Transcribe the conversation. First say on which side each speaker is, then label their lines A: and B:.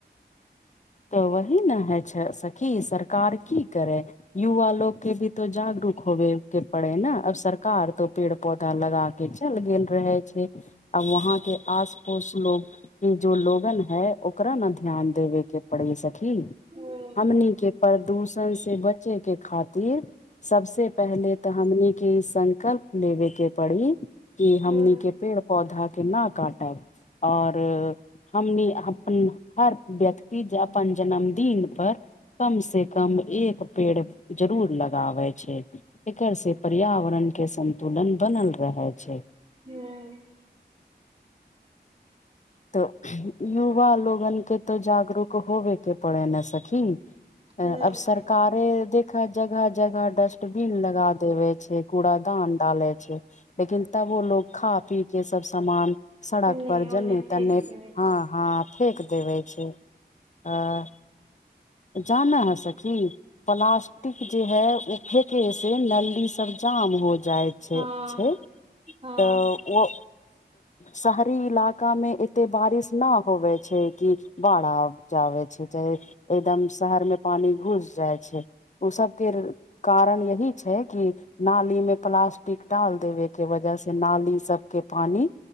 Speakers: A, on the left; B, on the right.
A: तऽ वही ने हय छै सखी सरकार की करै युवा लोक के भी तो जागरूक होबे के पड़े न अब सरकार तो पेड़ पौधा लगा के चल गेल रहै छै आ वहाँ के आस पोस लोग के जो लोगन है ओकरा न ध्यान देबे के पड़ी सखी
B: ह
A: हमनी के प्रदूषण से बचे के खातिर सबसे पहले तऽ हमनी के संकल्प लेबे के पड़ी कि हमनी
B: ह
A: के पेड़ पौधा के न काटब आओर हमनी हुँ हर व्यक्ति जे अपन जन्मदिन पर कम से कम एक पेड़ जरूर लगाबै छै एकर से पर्यावरण के संतुलन बनल रहै छै
B: हूँ
A: तऽ युवा लोगन के तऽ जागरूक होबेके पड़ै न सखी
B: ह
A: अब सरकारे देख जगह जगह डस्टबिन लगा देवे छै कूड़ दान डालै छै लेकिन तब ओ लोग खा पी के सब समान सड़क
B: एने
A: पर
B: ओने
A: जन्ने तन्ने
B: फेेक देवे
A: हँ
B: छै
A: हँ फेक देबै छै अ जानऽ ह सखी प्लास्टिक जे हय उ फेके से नली सब जाम हो जाइ छै
B: हँ
A: छै
B: हँ
A: तऽ ओ शहरी इलाकामे एते बारिश ना होवे छै कि बाढ़ि आब जावे छै चाहे एकदम शहर मे पानी घुस जाइ छै ओ सबकेर कारण यही छै कि नाली मे प्लास्टिक डाल देबे के वजह से नाली सबके पानी